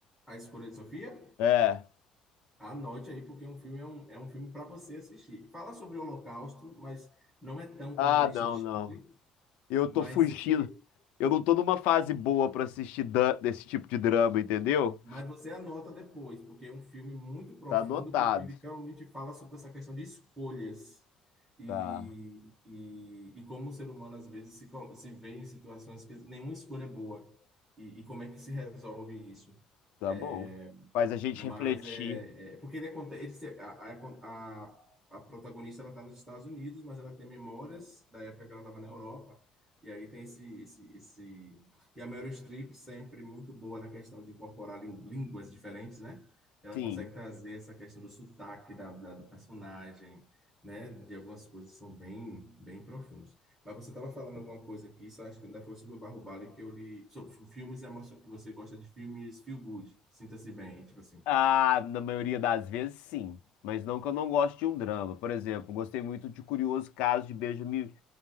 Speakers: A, in the centre; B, on the left (about 80°).
A: a escolha de Sofia.
B: É.
A: Anote aí, porque um filme é um, é um filme para você assistir. Fala sobre o Holocausto, mas não é tão
B: Ah,
A: como a lista
B: não,
A: de Schindler,
B: não. Eu
A: mas
B: tô fugindo.
A: ele,
B: Eu não tô numa fase boa pra assistir dan- desse tipo de drama, entendeu?
A: mas você anota depois, porque é um filme muito profundo,
B: Tá anotado.
A: porque ele realmente fala sobre essa questão de escolhas e,
B: Tá.
A: e, e como o ser humano às vezes se, col- se vê em situações que nenhuma escolha é boa e, e como é que se resolve isso.
B: Tá
A: É,
B: bom. Faz a gente
A: Mas
B: refletir.
A: é, é- porque ele aconte- ele se- a, a, a- a protagonista ela está nos Estados Unidos, mas ela tem memórias da época que ela estava na Europa. E aí tem esse, esse, esse e a Meryl Streep sempre muito boa na questão de incorporar lin- línguas diferentes, né? Ela
B: Sim.
A: consegue trazer essa questão do sotaque da, da- do personagem, né? De algumas coisas que são bem bem profundas. Mas você estava falando alguma coisa aqui, só acho que ainda foi sobre o Barro Bale que eu li, sobre filmes emocionantes, que você gosta de filmes feel good, sinta-se bem, tipo assim.
B: Ah, na maioria das vezes, sim. Mas não que eu não goste de um drama. Por exemplo, gostei muito de Curioso Caso de Benjamin,